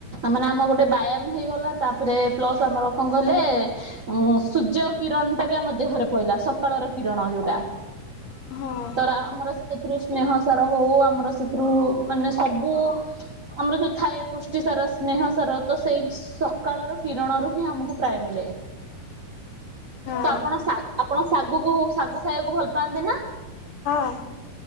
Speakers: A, on the right; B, on the left.
A: ମାନେ ଆମ ଗୋଟେ ବ୍ୟାୟାମ ହେଇଗଲା। ତାପରେ ପ୍ଲସ୍ ଆମର କଣ କହିଲେ ଉ ସୂର୍ଯ୍ୟ କିରଣ ଟା ବି ଆମ ଦେହରେ କହିଲା ସକାଳର କିରଣ ଯୋଉଟା।
B: ହଁ।
A: ତର ଆମର ସେଥିରୁ ସ୍ନେହ ସାର ହଉ ଆମର ସେଥିରୁ ମାନେ ସବୁ ଆମର ଯୋଉ ଥାଏ ପୃଷ୍ଟି ସାର ସ୍ନେହ ସାର ତ ସେଇ ସକାଳର କିରଣରୁ ହିଁ ଆମକୁ ପ୍ରାଇ ମିିଲ।
B: <inaudible> ହଁ
A: ତ ଆପଣ ଆପଣ ଶାଗୁକୁ ଶାଗୁ ଖାଇବାକୁ ଭଲ ପାଆନ୍ତି ନା?
B: ହଁ।